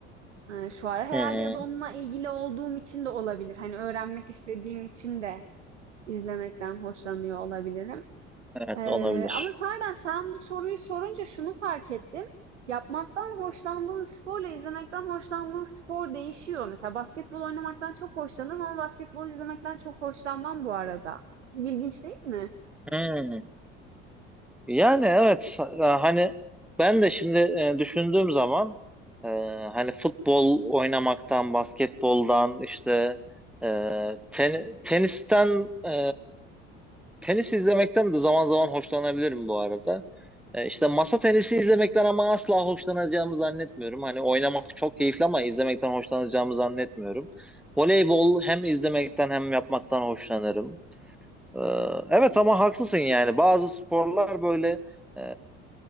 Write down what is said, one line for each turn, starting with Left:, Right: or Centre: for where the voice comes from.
Right: eee, şu ara. Herhalde
Centre: Hı
Right: ya da
Centre: hı.
Right: onunla ilgili olduğum için de olabilir. Hani, öğrenmek istediğim için de izlemekten hoşlanıyor olabilirim.
Centre: Evet
Right: Eee,
Centre: olabilir.
Right: ama sahiden sen bu soruyu sorunca şunu fark ettim. Yapmaktan hoşlandığın sporla izlemekten hoşlandığın spor değişiyor. Mesela basketbol oynamaktan çok hoşlanırım ama basketbol izlemekten çok hoşlanmam bu arada. Çok ilginç değil mi?
Centre: Hı. Yani evet e, hani ben de şimdi e, düşündüğüm zaman e, hani futbol oynamaktan, basketboldan işte e, ten- tenisten e, tenis izlemekten de zaman zaman hoşlanabilirim bu arada. E, işte masa tenisi izlemekten ama asla hoşlanacağımı zannetmiyorum. Hani oynamak çok keyifli ama izlemekten hoşlanacağımı zannetmiyorum. Voleybol hem izlemekten hem yapmaktan hoşlanırım. Ee, Evet ama haklısın yani bazı sporlar böyle e,